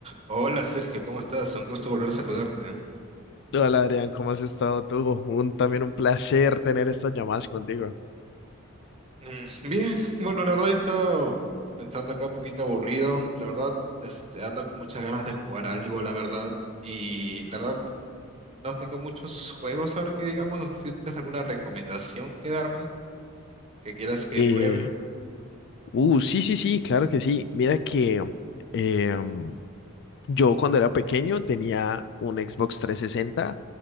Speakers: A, on the right; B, on the left.
A: Hola Sergio, ¿cómo estás? Un gusto volver a saludarte.
B: Hola Adrián, ¿cómo has estado tú? Un, también un placer tener estas llamadas contigo.
A: Mm, Bien, bueno, la verdad yo estaba pensando acá un poquito aburrido. La verdad, este, ando con muchas ganas de jugar algo, la verdad. Y la verdad, no tengo muchos juegos ahora que digamos. No sé si tienes alguna recomendación que darme, que quieras que
B: Eh,
A: pruebe.
B: uh, sí, sí, sí, claro que sí. Mira que eh, yo cuando era pequeño tenía un Xbox 360